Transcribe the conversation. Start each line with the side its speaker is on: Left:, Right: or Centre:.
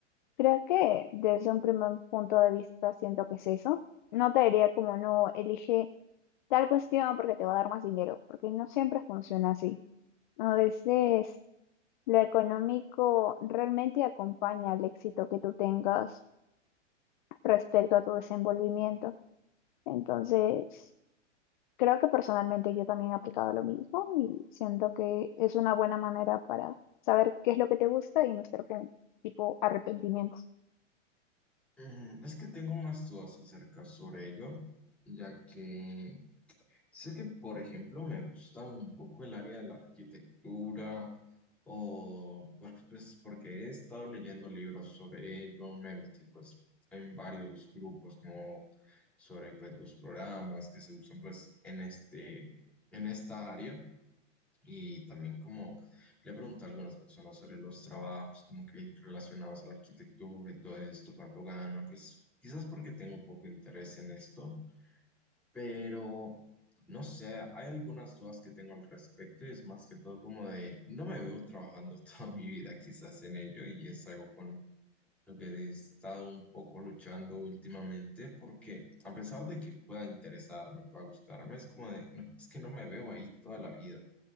Left: Creo que desde un primer punto de vista siento que es eso. No te diría como no elige tal cuestión porque te va a dar más dinero, porque no siempre funciona así. A veces lo económico realmente acompaña al éxito que tú tengas respecto a tu desenvolvimiento. Entonces, creo que personalmente yo también he aplicado lo mismo y siento que es una buena manera para saber qué es lo que te gusta y no estar con tipo arrepentimientos.
Centre: Mm, Es que tengo más dudas acerca sobre ello, ya que sé que, por ejemplo, me gusta un poco el área de la arquitectura, o por- pues, porque he estado leyendo libros sobre ello, me he metido pues, en varios grupos como sobre pues, los programas que se usan pues, en este, en esta área. Y también como le pregunto a algunas personas sobre los trabajos, como que relacionados a la arquitectura y todo esto, cuánto ganan, pues quizás porque tengo un poco de interés en esto, pero no sé, hay algunas dudas que tengo al respecto y es más que todo como de, no me veo trabajando <laughs> toda mi vida quizás en ello y es algo con lo que he estado un poco luchando últimamente porque a pesar de que pueda interesarme, pueda gustarme, es como de, no, es que no me veo ahí toda la vida.